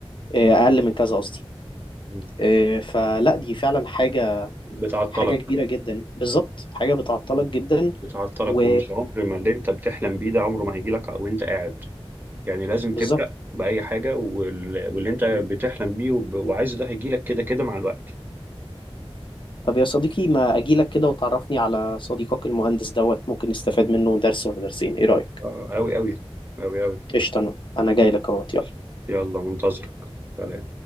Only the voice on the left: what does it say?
آه، اقل من كذا قصدي
آه، فلا دي فعلا حاجه
حاجه كبيره جدا بالظبط حاجه بتعطلك جدا
و
بالظبط
م.
طب يا صديقي ما اجيلك كده وتعرفني على صديقك المهندس دوت ممكن نستفاد منه درس ولا درسين ايه رايك
قشطه انا أنا جاي لك اهوت يلا